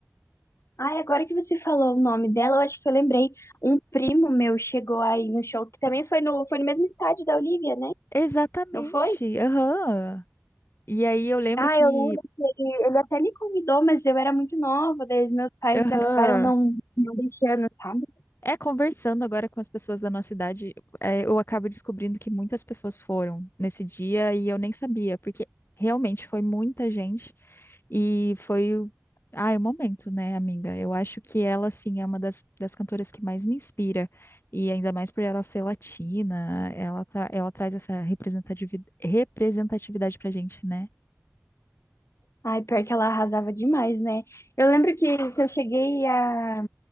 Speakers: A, on the left; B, on the left.
A: Ai, agora que você falou o nome dela, eu acho que eu lembrei. Um primo meu chegou aí no show, que também foi no, foi no mesmo estádio da Olivia, né?
B: Exatamente.
A: Não foi?
B: Aham. E aí eu lembro
A: Ah,
B: que,
A: eu lembro que ele, ele até me convidou, mas eu era muito nova, daí os meus pais
B: aham,
A: acabaram não, não deixando, sabe?
B: é conversando agora com as pessoas da nossa idade, é, eu acabo descobrindo que muitas pessoas foram nesse dia e eu nem sabia, porque realmente foi muita gente e foi, o- ai, o momento, né, amiga? Eu acho que ela, assim, é uma das, das cantoras que mais me inspira e ainda mais por ela ser latina, ela, tra- ela traz essa representativi- representatividade pra gente, né?
A: Ai, pior que ela arrasava demais, né? Eu lembro que, que eu cheguei a,